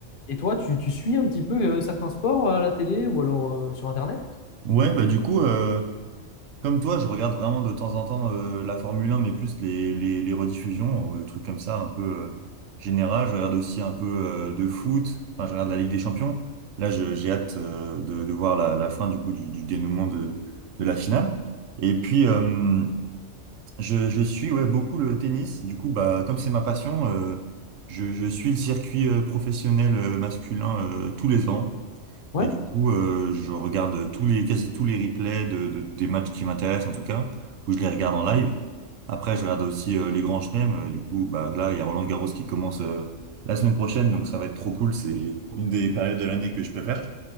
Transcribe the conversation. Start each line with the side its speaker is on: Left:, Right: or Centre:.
Left: et toi, tu, tu suis un petit peu euh, certains sports à la télé ou alors euh, sur Internet?
Right: Ouais, bah du coup, euh, Comme toi, je regarde vraiment de temps en temps euh, la Formule 1, mais plus les, les, les rediffusions, euh, des trucs comme ça, un peu euh, général. Je regarde aussi un peu euh, de foot. Enfin, je regarde la Ligue des Champions. Là, je- j'ai hâte euh, de, de voir la, la fin du coup du, du dénouement de, de la finale. Et puis, euh, je, je suis ouais beaucoup le tennis. Du coup, bah comme c'est ma passion, euh, je, je suis le circuit euh, professionnel euh, masculin euh, tous les ans.
Left: Ouais.
Right: Et du coup, euh, je regarde tous les, quasi tous les replays de, de- des matchs qui m'intéressent, en tout cas, où je les regarde en live. Après, je regarde aussi euh, les grands chelems. Euh, Du coup, bah, là, il y a Roland Garros qui commence euh, la semaine prochaine, donc ça va être trop cool. C'est une des périodes de l'année que je préfère.